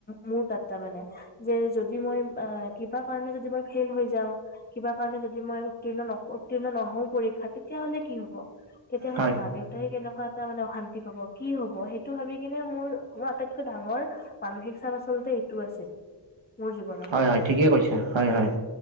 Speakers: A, on the left; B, on the right.
A: মোৰ তাত তাৰ মানে যে যদি মই আহ কিবা কাৰণে যদি মই ফেইল হৈ যাওঁ, কিবা কাৰণে যদি মই উত্তীৰ্ণ উত্তীৰ্ণ নহওঁ পৰীক্ষাত তেতিয়া হ'লে কি হ'ব? তেতিয়াহ'লে
B: হয়,
A: মা দেউতাই কেনেকে এনেকোৱা এটা মানে অশান্তি হ'ব, কি হ'ব সেইটো ভাবি কিনে মোৰ মোৰ আটাইতকৈ ডাঙৰ মানসিক চাপ আচলতে এইটো আছিল। মোৰ জীৱনত।
B: হয়, হয় ঠিকেই কৈছা, হয়, হয়